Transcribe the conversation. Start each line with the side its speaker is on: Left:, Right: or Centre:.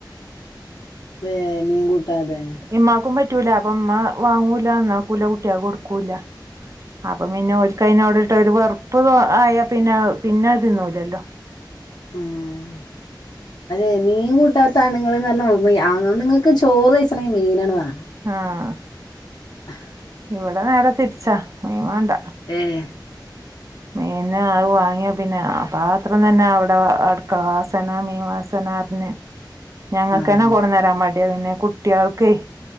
Left: ഏഹ് മീൻ കൂട്ടാതെ
Right: ഇമ്മാക്കും പറ്റൂലാ അപ്പ ഇമ്മ വാങ്ങൂല്ല നന്നാക്കൂല കുട്ട്യാൾക്ക് കൊടുക്കൂല്ല അപ്പൊ പിന്നെ ഓൽക്ക്‌ അയ്നോട് ട്ടൊരു വെറുപ്പ് ആയാ പിന്നത് പിന്നെ അത് തിന്നൂല്ലല്ലോ
Left: ആഹ് അതെ മീൻ കൂട്ടാത്ത ആണുങ്ങള് പറഞ്ഞ ആണുങ്ങൾക്ക് ചോറ് വെയ്ച്ചണെങ്കിൽ മീനണ് വാണം
Right: ആഹ്
Left: ആഹ്
Right: ഇവടെ നേരെ തിരിച്ചാ മീൻ വാണ്ട
Left: ഏഹ്
Right: മീൻ അത് വാങ്ങിയാ പിന്നെ ആ പാത്രം തന്നെ അവിടെ അടുക്കള വാസന മീൻവാസന പറഞ്ഞ് ഞങ്ങക്കന്നെ
Left: ആഹ്
Right: കൊടുന്നരാൻ മടിയാ പിന്നെ കുട്ട്യാൾക്കെയ്